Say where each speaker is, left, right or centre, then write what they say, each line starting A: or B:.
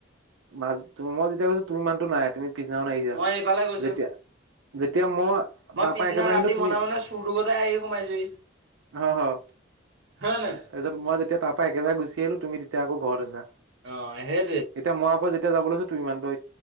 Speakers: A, on the right; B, on the right.
A: মাজত মই যেতিয়া গৈছোঁ তুমি মানুহতো নাই তুমি পিছদিনাখন আহিছা
B: মই এইফালে গৈছো
A: যেতিয়া। যেতিয়া মই
B: মই
A: তাৰ
B: পিছদিনা
A: পৰা একেবাৰে
B: ৰাতি
A: আহিলো তুমি
B: মনে মনে চুৰটোগতে আহি সোমাইছোহি
A: অ হয়
B: হয় নে
A: তাৰপিছত মই যেতিয়া তাৰ পৰাা একেবাৰে গুচি আহিলো তুমি তেতিয়া আকৌ ঘৰত আছা
B: অ হেই
A: এতিয়া মই আকৌ যেতিয়া যাব লৈছো তু ইমানতটো